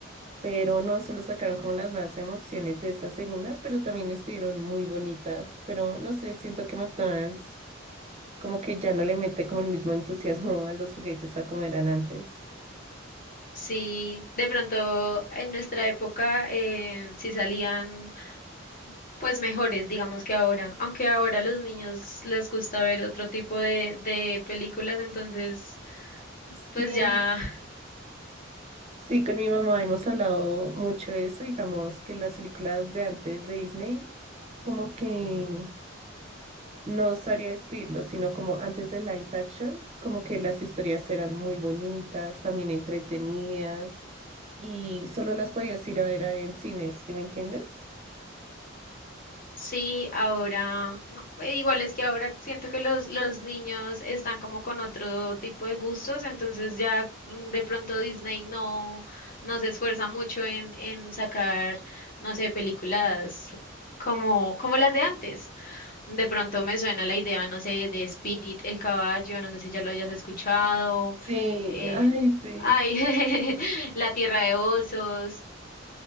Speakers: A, on the right; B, on the left.
A: pero no, solo sacaron como las nuevas emociones de esa segunda, pero también estuvieron muy bonitas. Pero no sé, siento que McDonald's como que ya no le mete como el mismo entusiasmo a los juguetes a como eran antes.
B: Sí, de pronto en nuestra época eh, sí salían pues mejores, digamos que ahora. Aunque ahora a los niños les gusta ver otro tipo de, de películas, entonces.
A: Sí,
B: Pues ya,
A: sí, con mi mamá hemos hablado mucho de eso, digamos que las películas de antes de Disney, como que... No sabría describirlo, sino como antes de live action, como que las historias eran muy bonitas, también entretenidas, y solo las podías ir a ver a en cines, ¿sí me entiendes?
B: sí, ahora, no, eh, igual es que ahora siento que los, los niños están como con otro tipo de gustos, entonces ya mm, de pronto Disney no, no se esfuerza mucho en, en sacar, no sé, películas como, como las de antes. De pronto me suena la idea, no sé, de Spirit, el caballo, no sé si ya lo hayas escuchado,
A: Sí,
B: eh,
A: ay, sí.
B: ay, <laughs> La Tierra de Osos.